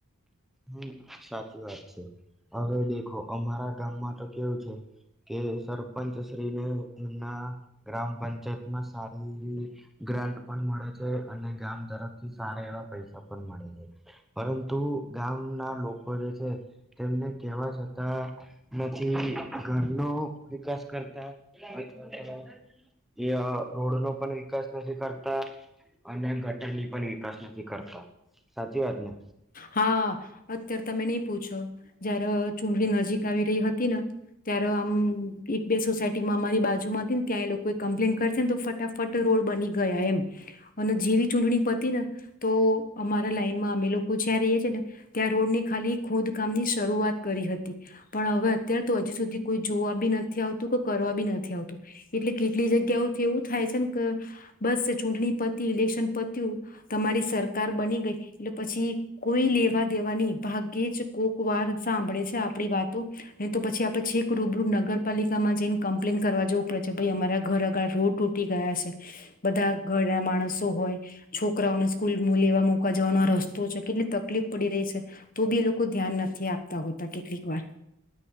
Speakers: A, in the centre; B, on the left.
A: હમ સાચી વાત છે હવે દેખો અમારા ગામમાં તો કેવું છે કે સરપંચ શ્રીને એમના ગ્રામ પંચાયતમાં સારી એવી ગ્રાન્ટ પણ મળે છે અને ગામ તરફ થી સારા એવા પૈસા પણ મળે છે પરંતુ ગામના લોકો જે છે તેમને કેવા છતાં નથી ઘરનોો વિકાસ કરતા અથવા તો એ રોડ નો પણ વિકાસ નથી કરતા અને ગટર ની પણ વિકાસ નથી કરતા સાચી વાત ને
B: હા અત્યારે તમે નહી પૂછો જય્યારે ચૂંટણી નજીક આવી રહી હતી ને ત્યારે આમ એક બે સોસાયટીમાં અમારી બાજુ માં હતી ને ત્યાં એ લોકો કમ્પ્લેન કરશે ને તો ફટાફટ રોડ બની ગયા એમ અને જેવી ચૂંટણી પતી ને તો અમારા લાઈનમાં અમે લોકો જ્યાં ર છે ને ત્યાં રોડ ની ખાલી ખોદકામની શરૂઆત કરી હતી પણ હવે અત્યારે તો હજીુ સુધી કોઈ જોવા બી નથી આવતું કે કરવા બી નથી આવતું એટલે કેટલી જગ્યાઓથી એવું થાય છે ને કે બસ ચૂંટણી પતી ઇલેક્શન પતું તમારી સરકાર બની ગઈ એટલે પછી કોઈ લેવા દેવા નહી ભાગ્યે જ કોક વાર સાંભળે છે આપડી વાતો નહી તો પછી આપડે છેક રૂબરૂ નગરપાલિકામાં જઈને કમ્પ્લેન કરવા જવું પડે છે ભાઈ અમારા ઘર આગળ રોડ તૂટી ગયા છે બધા ઘરના માણસો હોય છોકરાઓને સ્કૂલ લેવા મુકા જવાનો રસ્તો છે કેટલી તકલીફ પડી રહી છે તો બી એ લોકો ધ્યાન નથી આપતા હોતા કેટલીક વાર